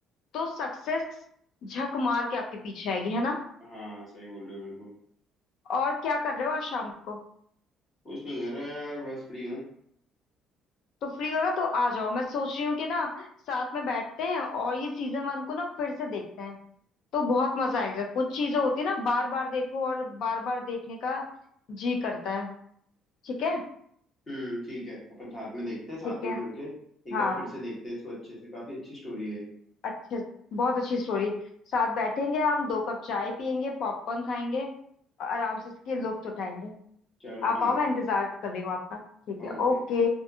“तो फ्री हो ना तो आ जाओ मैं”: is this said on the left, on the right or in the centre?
Left